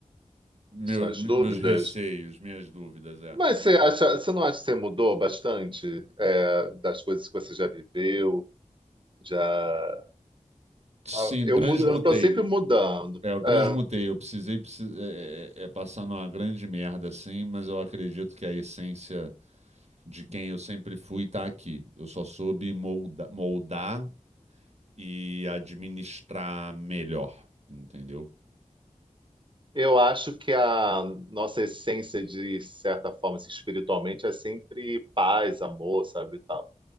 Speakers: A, on the right; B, on the right.
A: meus,
B: Suas dúvidas?
A: meus receios, minhas dúvidas, é.
B: Mas você acha, você não acha que você mudou bastante, é, das coisas que você já viveu, já...
A: Sim,
B: Ah, Eu
A: transmutei.
B: mudo, eu tô sempre mudando.
A: É, eu transmutei.
B: É,
A: Eu precisei, precis- é, é- é passar numa grande merda, assim, mas eu acredito que a essência. de quem eu sempre fui está aqui. Eu só soube molda- moldar e administrar melhor, entendeu?
B: eu acho que a nossa essência, de certa forma, assim, espiritualmente, é sempre paz, amor, sabe, e tal.